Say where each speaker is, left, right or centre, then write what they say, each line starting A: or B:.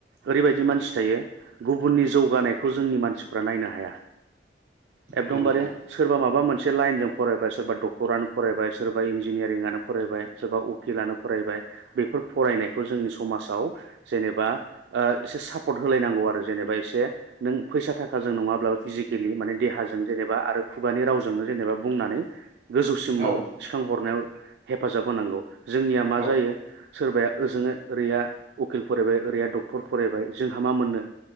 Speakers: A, on the right; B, on the right.
A: ओरैबायदि मानसि थायो गुबुननि जौगानायखौ जोंनि मानसिफ्रा नायनो हाया। एकदमबारे
B: नंगौ नोंथां
A: सोरबा माबा मोनसे लाइनजों फरायबाय सोरबा डक्टरानो फरायबाय सोरबा इन्जिनियारिंनो फरायबाय सोरबा उकिलानो फरायबाय बे फोर फरायनायखौ जोंनि समाज आव जेबा एसे सापर्ट होलायनांगौ आरो जेनेबा एसे नों फैसा थाखाजों नङाब्लाबो फिजिकेलि माने देहाजों जेनेबा आरो खुगानि रावजों जेनेबा बुंनानै गोजौसिमाव
B: औ नोंथां
A: थिखांहरनायाव हेफाजाब होनांगौ। जोंनिया मा
B: औ
A: जायो सोरबाया ओजोङै ओरैया उकिल फरायबाय ओरैया डक्टर फरायबाय जोंहा मा मोननो